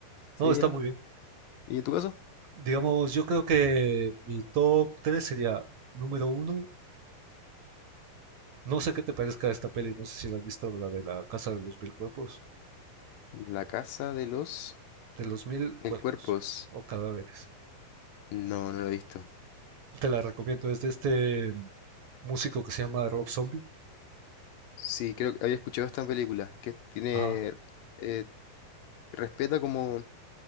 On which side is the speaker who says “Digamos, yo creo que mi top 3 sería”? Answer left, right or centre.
Right